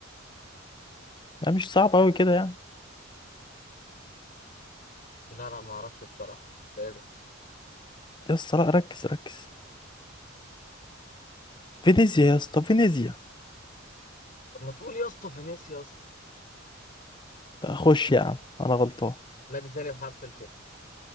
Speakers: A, on the left (about 25°); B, on the left (about 45°).
A: لا مش صعب قوي كده يعني
B: لا لا ما اعرفش بصراحه ده ايه ده
A: يا اسطى لا ركز ركز فينيزيا يا اسطى فينيزيا
B: طب ما تقول يا اسطى فينيس يا اسطى
A: خش يا عم انا غلطان
B: نادي تاني بحرف الف